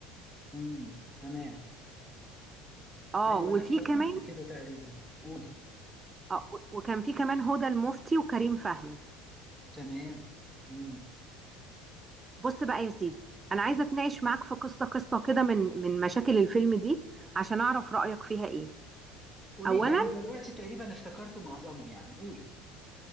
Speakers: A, in the centre; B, on the right.
A: امم تمام
B: اه
A: ايوه
B: وفي
A: انا افتكرت
B: كمان
A: كده تقريبا قولي
B: آه و- وكان في كمان هدى المفتي وكريم فهمي
A: تمام امم
B: بص بقى يا سيدي أنا عايزة أتناقش معاك في قصة قصة كده من من مشاكل الفيلم دي عشان أعرف رأيك فيها إيه
A: قولي
B: أولا
A: يعني دلوقتي تقريبا افتكرت معظمه يعني قولي